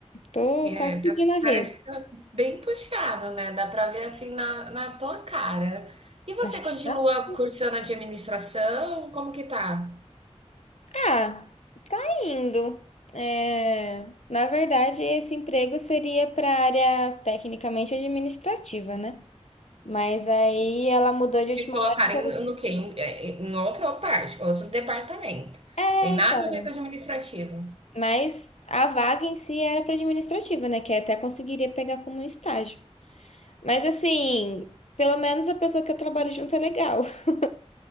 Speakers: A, on the left (about 75°); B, on the right (about 60°).
A: Tô
B: É,
A: quase
B: tá
A: pedindo arrego.
B: parece que tá bem puxado, né, dá pra ver, assim, na na tua cara. E você
A: <laughs>
B: continua cursando administração, como que tá?
A: Ah, tá indo. É, na verdade, esse emprego seria para área tecnicamente administrativa, né? Mas aí ela mudou de última
B: Te colocarem
A: hora.
B: no quê? Em eh, em outra parte, outro departamento.
A: É,
B: Tem nada
A: então.
B: a ver com administrativo.
A: Mas a vaga em si era para administrativa, né? Que até conseguiria pegar como um estágio. Mas assim, pelo menos a pessoa que eu trabalho junto é legal. <laughs>